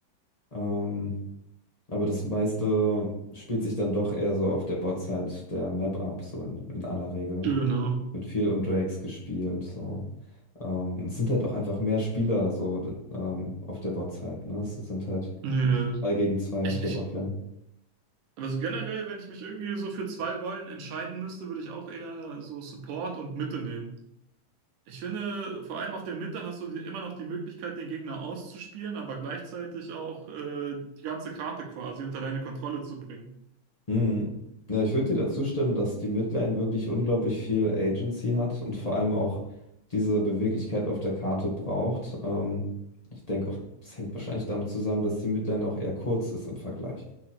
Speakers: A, on the left (about 35°); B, on the right (about 75°).
A: Ähm, aber das meiste spielt sich dann doch eher so auf der Botside der Map ab, so in, in aller Regel
B: Genau.
A: wird viel um Drakes gespielt. So. Ähm, es sind halt auch einfach mehr Spieler so d- ähm, auf der bot Ne? Es sind halt
B: Nee.
A: zwei gegen zwei
B: Ich,
A: auf der
B: ich,
A: Botlane.
B: aber so generell, wenn ich mich irgendwie so für zwei Rollen entscheiden müsste, würde ich auch eher so Support und Mitte nehmen. Ich finde, vor allem auf der Mitte hast du die, immer noch die Möglichkeit, den Gegner auszuspielen, aber gleichzeitig auch äh, die ganze Karte quasi unter deine Kontrolle zu bringen.
A: Hm. Ja, ich würde dir dazu stimmen, dass die Midlane wirklich unglaublich viel Agency hat und vor allem auch diese Beweglichkeit auf der Karte braucht. Ähm, ich denke auch, das hängt wahrscheinlich damit zusammen, dass die Midlane auch eher kurz ist im Vergleich.